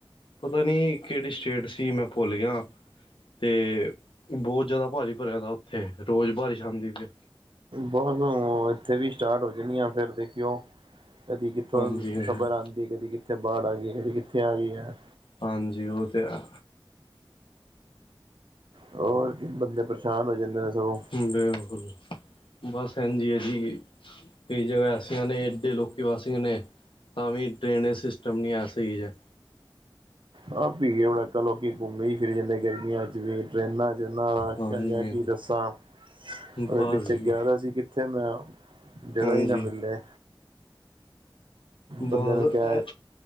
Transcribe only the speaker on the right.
ਬਸ ਇੱਥੇ ਵੀ ਸਟਾਰਟ ਹੋ ਜਾਣੀ ਆ ਫਿਰ ਦੇਖਿਓ ਕਦੀ ਕਿੱਥੋਂ
ਖਬਰ ਆਉਂਦੀ ਕਦੀ ਕਿੱਥੇ ਬਾੜ ਆਈ ਕਦੀ ਕਿੱਥੇ ਆਈ ਹੈ
ਹੋਰ ਬੰਦੇ ਪਰੇਸ਼ਾਨ ਹੋ ਜਾਂਦੇ ਨੇ ਸਗੋਂ
ਹਾਂਜੀ ਜਦੋ ਆਪਾ ਲੋਕੀ ਘੁੰਮੇ ਫਿਰਨ ਜਾਂਦੇ ਗਰਮੀਆਂ ਚ ਵੀ ਟ੍ਰੇਨਾਂ ਚ ਜਿੰਨਾ ਰਾਸ਼
ਹੈਗਾ ਕੀ ਦੱਸਾਂ
ਉਹਦੇ ਪਿੱਛੇ
ਗਿਆ ਤਾਂ ਸੀ ਕਿੱਥੇ ਮੈਂ ਜ੍ਗ
ਹੀ ਨਾ ਮਿਲੇ ਬੰਦੇ
ਨੂੰ
ਕਹਿ